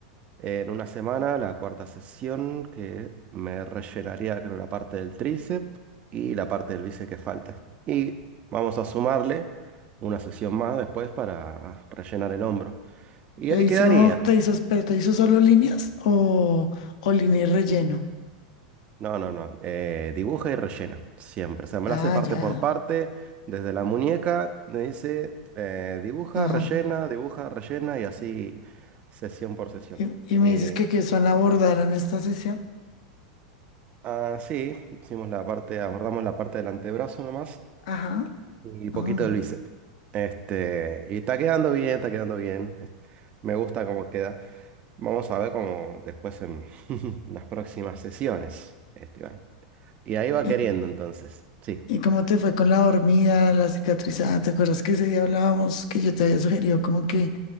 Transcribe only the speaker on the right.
En una semana, la cuarta sesión, que me rellenaría creo la parte del tríceps y la parte del bíceps que falta. Y vamos a sumarle una sesión más después para rellenar el hombro. Y
ahí
quedaría.
No, no, no. eh, dibuja y rellena. Siempre. O sea, me
la hace parte
por parte. Desde la muñeca me dice eh, dibuja,
rellena, dibuja, rellena y así sesión por sesión.
Y
así hicimos la parte, abordamos la parte del antebrazo nomás.
Y poquito
de bíceps. Este, y está quedando bien, está quedando bien. Es- Me gusta cómo queda. Vamos a ver cómo después en <laughs> las próximas sesiones, Esteban. Y ahí va
queriendo entonces. Sí.